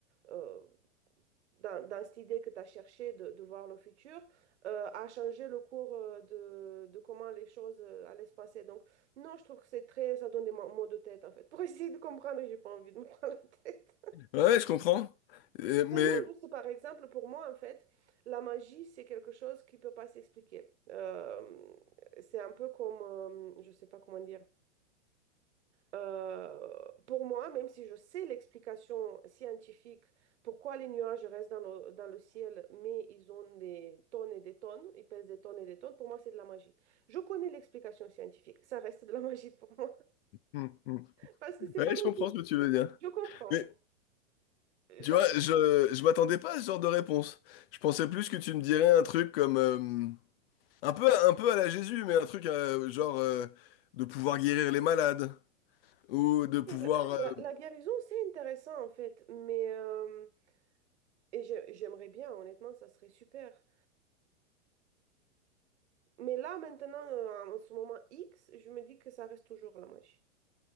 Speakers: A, on the right (about 70°); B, on the left (about 55°).
A: euh, dans, dans cette idée que tu as cherché de, de voir le futur, euh, a changé le cours euh, de, de comment les choses euh, allaient se passer. Donc, non, je trouve que c'est très, ça donne des mo- maux de tête, en fait. Pour essayer de comprendre, j'ai pas envie de me <laughs> prendre la tête. <laughs>
B: Ouais, je comprends. Euh, mais...
A: Mais non, juste par exemple, pour moi, en fait, la magie, c'est quelque chose qui peut pas s'expliquer. Euh, c'est un peu comme, euh, je sais pas comment dire. Euh, pour moi, même si je sais l'explication scientifique pourquoi les nuages restent dans le, dans le ciel, mais ils ont des tonnes et des tonnes, ils pèsent des tonnes et des tonnes, pour moi, c'est de la magie. Je connais l'explication scientifique, ça reste de la magie pour moi,
B: Mhm.
A: <laughs> parce que c'est
B: Ouais,
A: pas logique.
B: je comprends ce que tu veux dire.
A: Je comprends.
B: Mais
A: J'a-
B: tu vois, je, je m'attendais pas à ce genre de réponse. Je pensais plus que tu me dirais un truc comme... euh, un peu, un peu à la Jésus, mais un truc euh, genre euh, de pouvoir guérir les malades. Ou de pouvoir...
A: La,
B: euh,
A: la- la guérison, c'est intéressant en fait, mais euh, et j'ai- j'aimerais bien, honnêtement, ça serait super. Mais là, maintenant, euh, en ce moment X, je me dis que ça reste toujours la magie.